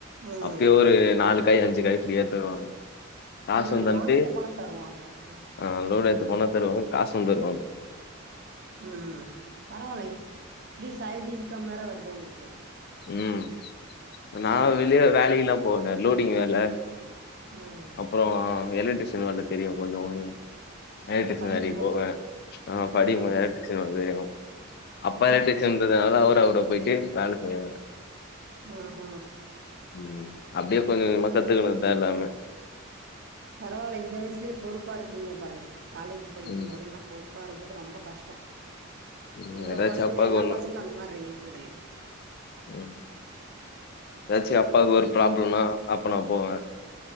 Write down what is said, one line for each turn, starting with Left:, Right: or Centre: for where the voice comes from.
Right: ம்
Left: அப்பயே ஒரு நாலு காய் அஞ்சு காய் ஃப்ரீயா தருவாங்க காசு
Right: ஆ
Left: தந்ட்டு
Right: லோட் ஏத்த போனா தருவாங்க ஆ
Left: ஆ லோடு ஏத்த போனா தருவாங்க காசும் தருவாங்க
Right: ம் பரவாயில்ல இப்டி சைடு இன்கம் வேற வருது உங்களுக்கு
Left: ம் நா
Right: ம்
Left: வெளிய வேலைக்குல்லா போவனே லோடிங் வேல
Right: ம்
Left: அப்புற எலக்ட்ரிஷன் வேல தெரியு கொஞ்ச கொஞ்ச எலக்ட்ரிஷன்
Right: படிக்கும்போதே
Left: வேலைக்கு போவ ஆ படிக்கும்
Right: ம்
Left: போது எலக்ட்ரிஷன் வந்து அப்பா
Right: ம்
Left: எலக்ட்ரி ஷன்றதுனால அவர் அவர போயிட்டு வேல செய்வாரு
Right: ஆஹ
Left: ம் அப்டியே கொஞ்ச கொஞ்ச கத்துறதுதா எல்லாமே
Right: பரவாயில்ல இந்த வயசுலயே பொறுப்பா இருக்கீங்க பாருங்க காலேஜ் படிக்கும்
Left: ம்
Right: மொதல்லா பொறுப்பாக இருக்கறது ரொம்ப கஷ்ட
Left: ம்
Right: ஒவ்வொரு
Left: ஏதாச்சு
Right: பசங்க
Left: அப்பாக்கு
Right: எல்லா
Left: ஒண்ணு
Right: பசங்களு அந்த மாரி இருக்கறதில்ல
Left: ம் ஏதாச்சு அப்பாவுக்கு ஒரு ப்ராப்ளம்னா அப்ப நா போவ